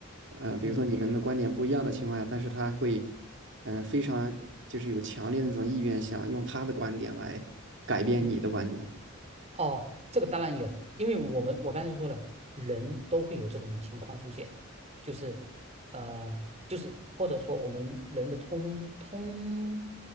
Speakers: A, on the right; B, on the right.
A: 呃，
B: 嗯
A: 比如说你们的观点不一样的情况下，但是他会，嗯、非常就是有强烈的那种意愿，想用他的观点来改变你的观点。
B: 嗯，哦，这个当然有，因为我们我刚才说了，人都会有这种情况出现，就是呃，就是或者说我们人的通通